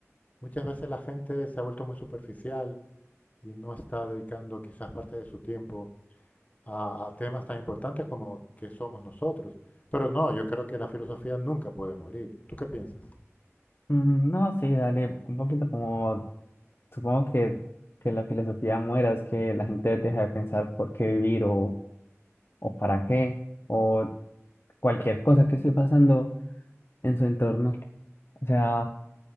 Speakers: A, on the left; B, on the left.
A: muchas veces la gente se ha vuelto muy superficial y no está dedicando quizás parte de su tiempo a, a temas tan importantes como que somos nosotros. Pero no, yo creo que la filosofía nunca puede morir. ¿Tú qué piensas?
B: Mm, No, sí, dale, un poquito como, supongo que, que la filosofía muera, es que la gente deja de pensar por qué vivir o, o para qué, o cualquier cosa que esté pasando en su entorno. O sea,